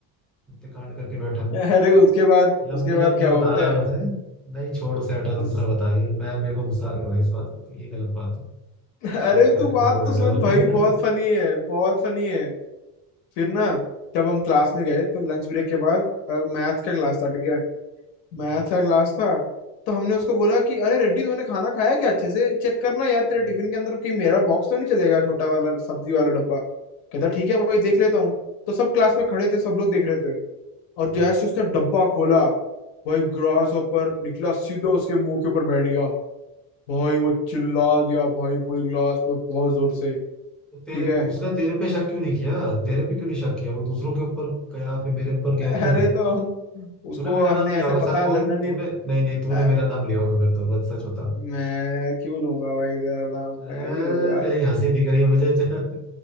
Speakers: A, in the centre; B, on the left.
A: इतने कांड करके बैठा है
B: अरे उसके बाद
A: लंबी
B: उसके बाद
A: लंबी
B: क्या
A: बता
B: हुआ पता
A: रहा है
B: है
A: बस है नहीं छोड़ उसे हटा
B: उस
A: दूसरा बताइए मैं मेरे को गुस्सा आ गया भाई इस बात पे तो ये गलत बात है सारे
B: अरे
A: कांड
B: तू बात
A: करके
B: तो
A: बैठा
B: सुन
A: हुआ
B: भाई
A: है।
B: बहुत
A: <laughs>
B: फनी है बहुत फनी है फिर ना जब हम क्लास में गए तो लंच ब्रेक के बाद मैथ्स का क्लास था ठीक है
A: हम्म,
B: मैथ्स का क्लास था तो हमने उसको बोला कि अरे रेड्डी तूने खाना खाया क्या अच्छे से चेक करना यार तेरे
A: हम्म,
B: टिफिन के अंदर कि मेरा बॉक्स तो नहीं चलेगा छोटा वाला सब्जी वाला डब्बा कहता ठीक है भाई देख लेता हूँ तो सब क्लास में खड़े थे सब लोग देख रहे थे और
A: हाँ।
B: जैसे उसने डब्बा खोला भाई ग्रास ऊपर निकला सीधा उसके मुंह के ऊपर बैठ गया भाई वो चिल्ला दिया भाई पूरी क्लास में बहुत जोर से
A: तो
B: ठीक
A: तेरे
B: है
A: उसने तेरे पे शक क्यों नहीं किया तेरे पे क्यों नहीं शक किया वो दूसरों के ऊपर गया फिर मेरे ऊपर गया क्यों
B: अरे तो हम उसको
A: तूने मेरा
B: हमने
A: नाम लिया
B: ऐसा
A: होगा
B: पता
A: सच बोल
B: लगना नहीं
A: तूने नहीं नहीं तूने
B: अ,
A: मेरा नाम लिया होगा फिर तो बस सच बता
B: मैं क्यों लूंगा भाई तेरा नाम
A: ए,
B: मैं क्यों लूंगा
A: तेरी हंसी दिख रही है मुझे <laughs>